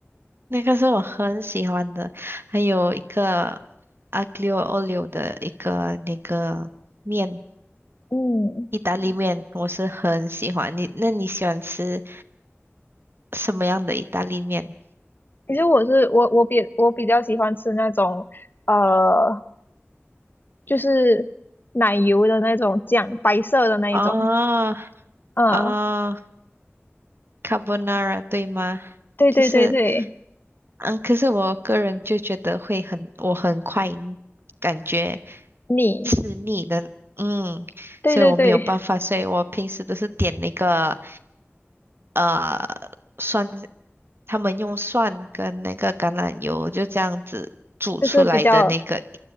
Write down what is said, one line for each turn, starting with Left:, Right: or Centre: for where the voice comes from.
Right: 那个是我很喜欢的，还有一个 aglio olio 的一个那个面，
Left: 嗯，
Right: 意大利面，我是很喜欢。你，那你喜欢吃什么样的意大利面？
Left: 其实我是我我比我比较喜欢吃那种。呃就是奶油的那种酱，白色的那一种。
Right: 啊
Left: 嗯，
Right: 啊。哦 carbonara 对吗？
Left: 对对对对，
Right: 就是，嗯，可是我个人就觉得会很，我很快感觉
Left: 你，
Right: 吃腻的，嗯，
Left: 对对对，
Right: 所以我没有办法，所以我平时都是点那个呃蒜，他们用蒜跟那个橄榄油就这样子煮出来的那个，
Left: 就是比较